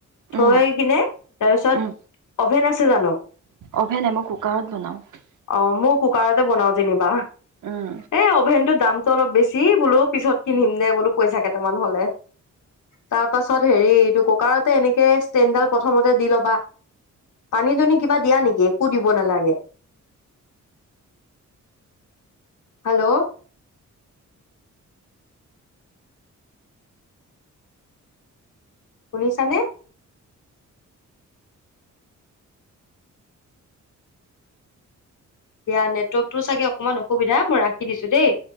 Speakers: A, on the right; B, on the left.
A: উম,
B: থৈ কিনে, তাৰপিছত
A: উম,
B: অভেন আছে ছে জানো।
A: অভেন নাই, মই কুকাৰত বনাওঁ।
B: অ মই কুকাৰতে বনাও যেনিবা।
A: উম।
B: এ অভেনটো দাম অলপ বেছি বোলো পিছত কিনিম দে বোলো পইচা কেইটামান হলে। তাৰ পাছত হেৰি এইটো কুকাৰতে এনেকে ষ্টেণ্ডডাল প্ৰথমতে দি লবা, পানী দুনি কিবা দিয়া নেকি একো দিব নালাগে। হেল্ল' শুনিছানে? দিয়া নেটৱৰ্কটো চাগে অকনমান অসুবিধা, মই ৰাখি দিছো দেই।